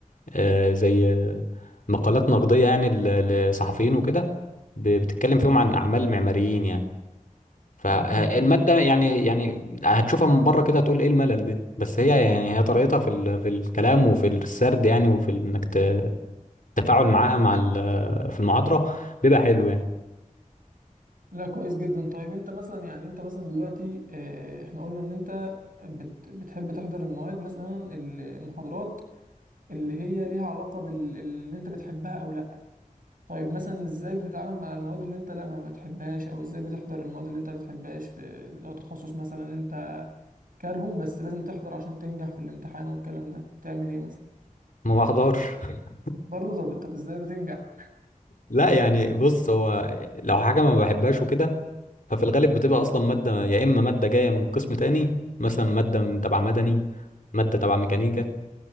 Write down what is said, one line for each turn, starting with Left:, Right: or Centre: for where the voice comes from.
Left: آه، زي آه، مقالات نقديه يعني ل- لصحفيين وكده ب- بتتكلم فيهم عن اعمال معماريين يعني فالمادة
Right: اه فاهمك
Left: يعني يعني هتشوفها من بره كده تقول ايه الملل ده بس هي يعني هي طريقتها في ال... في الكلام وفي السرد يعني وفي انك ت- التفاعل معاها مع ال... في المحاضرة بيبقى حلو يعني
Right: لا كويس جدا طيب انت مثلا يعني انت مثلا دلوقتي اه، احنا قلنا ان انت بت بتحب تحضر المواد مثلا ال- المحاضرات اللي هي ليها علاقه باللي انت بتحبها او لا طيب مثلا ازاي بتتعامل مع المواد اللي انت لا ما بتحبهاش او ازاي بتحضر المواد اللي انت ما بتحبهاش في لو تخصص مثلا انت كارهه بس لازم تحضر عشان تنجح في الامتحان والكلام ده تعمل ايه مثلا
Left: ما بحضرش <laughs>
Right: برضه طب طب ازاي بتنجح
Left: لا يعني بص هو لو حاجة ما بحبهاش وكده ففي الغالب بتبقى اصلا مادة يا اما مادة جاية من قسم تاني مثلا مادة من تبع مدني مادة تبع ميكانيكا